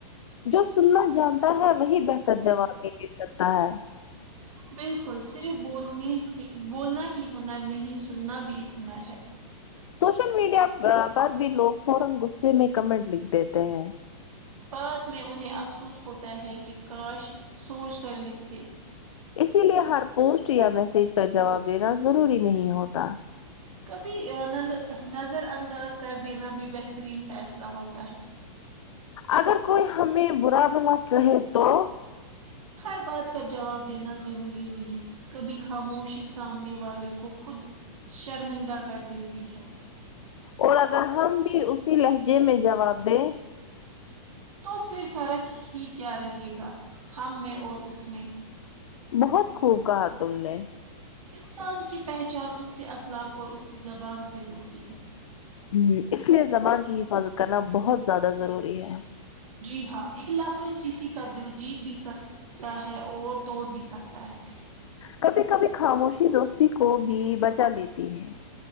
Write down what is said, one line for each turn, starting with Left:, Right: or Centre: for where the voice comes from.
Left: جو سنا جانتا ہے وہی بہتر جواب بھی دے سکتا ہے
Right: بالکل صرف بولنی ہی بولنا ہی ہنر نہیں سننا بھی ایک ہنر ہے
Left: سوشل میڈیا پر بھی لوگ فورن غصے میں کمنٹ لکھ دیتے ہیں
Right: بعد میں انہیں افسوس ہوتا ہے کہ کاش سوچ کر لکھتے
Left: اسی لیے ہر پوسٹ یا میسج کا جواب دینا ضروری نہیں ہوتا
Right: کبھی نظر انداز کر دینا بھی بہترین فیصلہ ہوتا ہے
Left: اگر کوئی ہمیں برا بلا کہے تو
Right: ہر بات کا جواب دینا ضروری نہیں کبھی خاموشی سامنے والے کو خود شرمندہ کر دیتی ہے
Left: اور اگر ہم بھی اسی لہجے میں جواب دیں
Right: تو پھر فرق ہی کیا رہے گا ہم میں اور اس میں
Left: بہت خوب کہا تم نے
Right: انسان کی پہچان اس کے اخلاق اور اس کی زبان سے ہوتی ہے
Left: ہم اس لیے زبان کی حفاظت کرنا بہت زیادہ ضروری ہے
Right: جی ہاں ایک لفظ کسی کا دل جیت بھی سک تا ہے اور توڑ بھی سکتا ہے
Left: کبھی کبھی خاموشی دوستی کو بھی بچا لیتی ہے